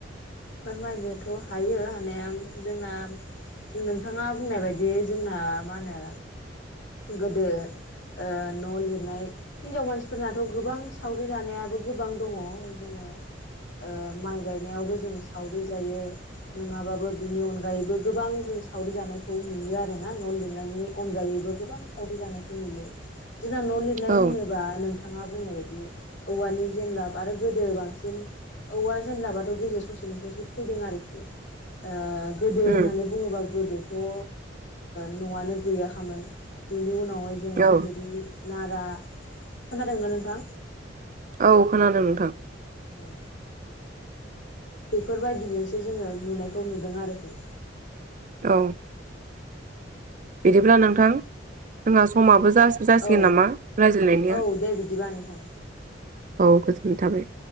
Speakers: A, on the left; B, on the right.
A: फोरमायनोथ हायो हानाया जोंना नोंथाङा बुंनाय बायदि जोंना मा होनो गोदो ओ न लिरनाय हिनजाव मानसिफोरनाथ गोबां सावरि जानायाबो गोबां दङ जोङो ओ माइ गायनायावबो जों सावरि जायो नङाबाबो बिनि अनगायैबो गोबां जों सावरि जानायखौ नुयो आरोना न लिरनायनि अनगायैबो गोबां सावरि जानायखौ नुयो जोंना न लिरनाय
B: औ
A: होनोबा नोंथा थाङा बुंनाय बायदि औवानि जेनलाब आरो गोदो बांसिन औवा जेनलाबाथ गेजेर ससेनिफ्रायसो फैदों आरोखि ओ गोदो
B: उम
A: होननानै बुङोबा गोदोथ ओ न आनो गैयाखामोन बेनि उनावहाय जोङो
B: औ
A: थुरि नारा खोनादोंमोन नोंथां
B: औ खोनादों नोंथां
A: औ बेफोरबायदिजोंसो जोङो नुनायखौ नुदों आरखि
B: औ बिदिब्ला नोंथां जोंहा समाबो जा जासिगोन
A: औ
B: नामा रायज्लायनायनिया
A: औ दे बिदिबा नोंथां
B: औ गोजोननाय थाबाय